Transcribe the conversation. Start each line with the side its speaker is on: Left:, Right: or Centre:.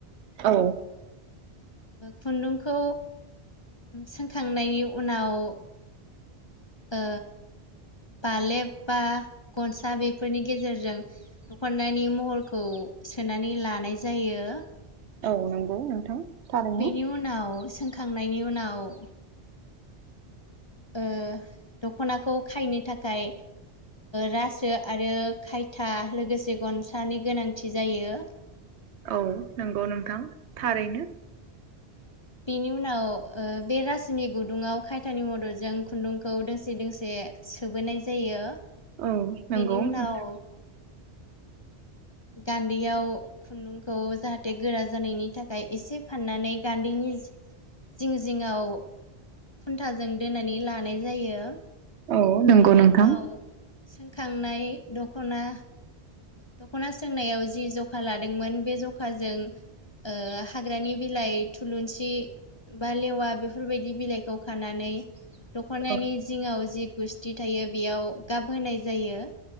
Right: औ
Left: खुन्दुंखौ सोंखांनायनि उनाव द बालेब बा गनसा बेफोरनि गेजेरजों दख'नानानायनि महरखौ सोनानै लानाय जायो।
Right: औ नंगौ नोंथां थारैनो
Left: बेनि उनाव सोंखांनायनि उनाव ओ उनदख'नाखौ खायनो थाखाय रासो आरो खायथा लोगोसे गनसानि गोनांथि जायो।
Right: औ नंगौ नोंथां थारैनो।
Left: <inaudible> बिनि उनाव बे रासिनि गुदुङाव खायथानि मददजों खुन्दुंखौ दोंसे दोंसे सोबोनाय जायो।
Right: <unintelligible>
Left: बेनि उनाव गान्दैयाव खुन्दुंखौ जाहाथे गोरा जानायनि फाननानै गान्दैनि सि जिं जिंआव खुन्थाजों दोनानै लानाय जायो।
Right: औ नंगौ
Left: बेनि
Right: नोंथां
Left: उनाव सोंखांनाय दख'ना, दख'ना सोंनायाव जि जखा लादोंमोन बे जखाजों ओ हाग्रानि बिलाइ थुलुंसि, बा लेवा बेफोरबायदि बिलाइखौ खानानै दख'नानि
Right: औ
Left: जिङाव जि गुस्थि थायो बेयाव गाब होनाय जायो।